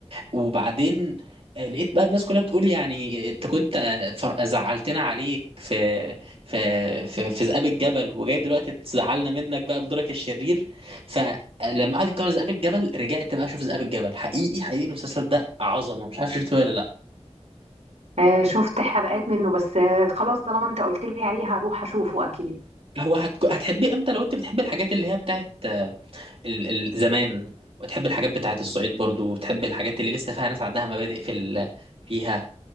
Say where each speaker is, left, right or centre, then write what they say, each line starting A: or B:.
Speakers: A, on the right; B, on the right.
A: وبعدين آه، لقيت بقى الناس كلها بتقول يعني انت كنت آه، فر- زعلتنا عليك في في في, في ذئاب الجبل وجاي دلوقتي تزعلنا منك بقى بدورك الشرير فلما قعد يتكلم عن ذئاب الجبل رجعت بقى اشوف ذئاب الجبل حقيقي حقيقي المسلسل ده عظمه مش عارف شفته ولا لا
B: آه شفت حلقات منه بس آه خلاص طالما انت قلت لي عليه هروح اشوفه اكيد
A: هو هتك... هتحبيه امتى لو انت بتحبي الحاجات اللي هي بتاعت آه، ال- ال- زمان وتحبي الحاجات بتاعت الصعيد برضو وتحبي الحاجات اللي لسه فيها ناس عندها مبادئ في ال... فيها